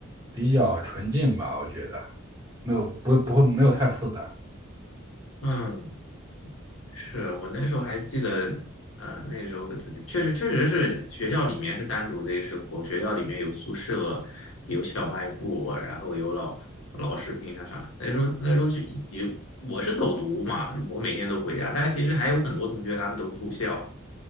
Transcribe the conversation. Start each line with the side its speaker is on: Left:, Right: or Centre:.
Right: 比较纯净吧，我觉得没有不不会没有太复杂。
Left: 嗯，是我那时候还记得，呃，那时候的自己确实确实是学校里面是单独的一个生活，学校里面有宿舍，有小卖部，然后有老老师平常上。那时候那时候去也我是走读嘛，我每天都回家，但其实还有很多同学他们都住校，